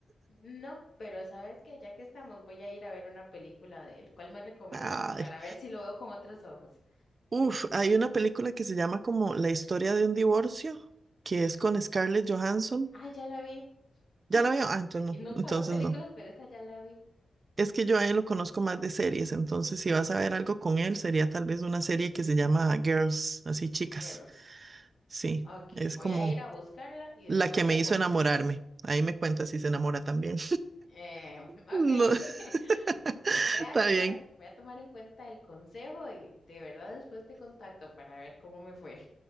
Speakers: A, on the left; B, on the right.
A: no, pero sabes que ya que estamos, voy a ir a ver una película de él. ¿Cuál me recomiendas?
B: <laughs>
A: Para
B: Ay.
A: ver si lo veo con otros ojos.
B: Uf, hay una película que se llama como La historia de un divorcio, que es con Scarlett Johansson.
A: Ay, ya la vi.
B: ¿Ya
A: <laughs>
B: la veo? Ah, entonces
A: Y
B: no,
A: nunca
B: entonces
A: veo películas,
B: no.
A: pero esa ya la vi.
B: Es que yo a él lo conozco más de series, entonces si vas a ver algo con él, sería tal vez una serie que se llama Girls, así chicas.
A: Girls.
B: Sí,
A: Ok,
B: es
A: voy
B: como
A: a ir a buscarla y después
B: la que me
A: te
B: hizo
A: cuento.
B: enamorarme. Ahí me cuenta si se enamora también.
A: Eh, ok,
B: No. <laughs>
A: <laughs> vo- voy a
B: Está
A: tomar,
B: bien,
A: en- voy a tomar en cuenta el consejo y de verdad después te contacto para ver cómo me fue.